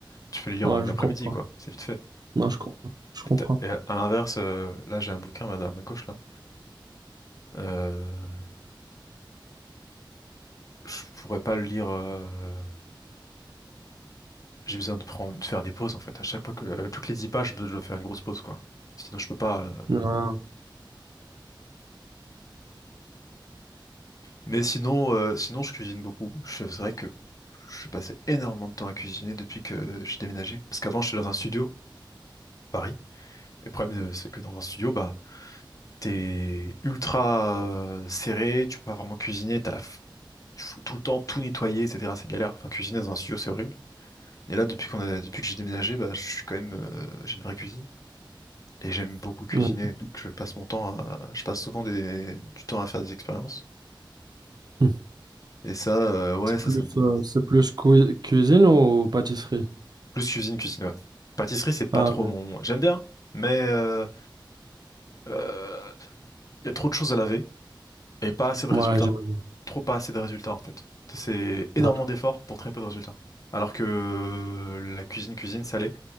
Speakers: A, on the left; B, on the right.
A: tu peux les lire
B: Ouais,
A: en une
B: je
A: après-midi,
B: comprends.
A: quoi. C'est vite fait.
B: Non, je comprends. Je
A: Et,
B: comprends.
A: t'as- et à l'inverse, euh, là, j'ai un bouquin à ma à ma gauche, là. Euh, je pourrais pas le lire. euh, J'ai besoin de prendre, de faire des pauses, en fait. À chaque fois que, euh, toutes les 10 pages, je dois faire une grosse pause, quoi. Sinon, je peux pas. euh.
B: Non,
A: Mais sinon, euh, sinon, je cuisine beaucoup. Je- C'est vrai que je passais énormément de temps à cuisiner depuis que j'ai déménagé. Parce qu'avant, j'étais dans un studio. à Paris Et le problème, euh, c'est que dans un studio, bah, t'es ultra euh, serré, tu peux pas vraiment cuisiner, t'as la... f- il faut tout le temps tout nettoyer, etc. C'est galère. Enfin, cuisiner dans un studio, c'est horrible. Et là, depuis qu'on a... depuis que j'ai déménagé, bah, je suis quand même, euh, j'ai une vraie cuisine et j'aime beaucoup cuisiner.
B: non.
A: Donc, je passe mon temps à, je passe souvent des... du temps à faire des expériences.
B: Hmm.
A: Et ça, euh, ouais,
B: C'est
A: ça,
B: plus,
A: ça me...
B: euh, c'est plus cui- cuisine ou pâtisserie?
A: Plus cuisine, cuisine, ouais. Pâtisserie, c'est pas
B: Ah,
A: trop
B: ok.
A: mon. J'aime bien, mais euh, euh, il y a trop de choses à laver. Et pas assez de
B: Ouais,
A: résultats.
B: j'imagine.
A: Trop pas assez de résultats en fait. C'est énormément
B: Non,
A: d'efforts pour très peu de résultats. Alors que euh, la cuisine, cuisine salée,